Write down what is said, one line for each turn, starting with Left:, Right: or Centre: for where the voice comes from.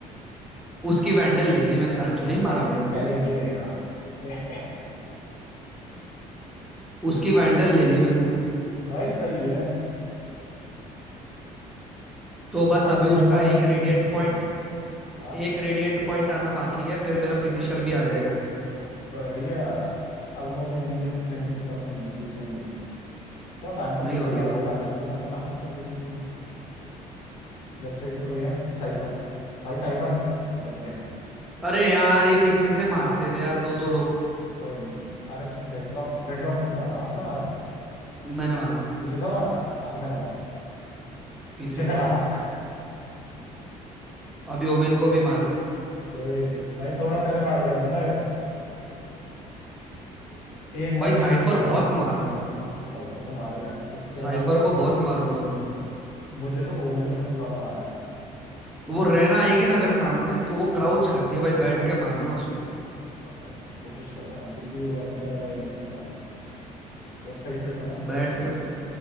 Centre: उसकी वैंडल ले ली मैंने अरे तूने ही
Left: कोई
Centre: मारा
Left: नहीं
Centre: मेरे को
Left: पहले ये रहेगा <laughs>
Centre: उसकी वैंडल ले ली मैंने
Left: भाई सही है
Centre: तो बस
Left: अब
Centre: अभी
Left: मेरे
Centre: उसका
Left: पास इन
Centre: एक
Left: गेम
Centre: रेडिएंट
Left: की वो
Centre: पॉइंट
Left: नहीं है हाँ
Centre: एक रेडिएंट पॉइंट आना बाकी है फिर मेरा फिनिशर भी आ जाएगा
Left: बढ़िया अब मुझे इन गेम स्किन्स की कमी महसूस नहीं होगी तो मैं फैंटम
Centre: वही
Left: क्यों
Centre: होगी
Left: चला
Centre: भाई
Left: रहा हूँ वैंडल के साथ ही प्रैक्टिस कर लेनी चाहिए लेफ्ट साइड पे कोई है साइफर भाई साइफर नहीं बच गया
Centre: अरे यार ये पीछे से मारते हैं यार दो दो लोग
Left: कोई नहीं अरे डेडलॉक डेडलॉक को किसने मारा आपने मारा
Centre: मैंने मारा
Left: पीछे से मारा आगे से मारा
Centre: पीछे
Left: पीछे से
Centre: से
Left: मारा
Centre: अभी ओमेन को भी मारा
Left: कोई नहीं भाई थोड़ा पहले मार दिया होता ना अगर एक
Centre: भाई
Left: मनुष्य
Centre: साइफर
Left: जिंदा
Centre: बहुत
Left: होता
Centre: मार रहा है
Left: सही पर तो मार ही रहा है उसके
Centre: साइफर
Left: अलावा
Centre: को बहुत मारूंगा मैं
Left: मुझे तो ओमन ने सबसे ज्यादा मारा है
Centre: वो रैना आएगी ना अगर सामने तो वो क्राउच करती है भाई बैठ के मारना उसको
Left: ओके कोशिश करूंगा क्योंकि वहीं पे मेरा एम ने सुधार लेफ्ट साइड पे एक बंदा
Centre: बैठ के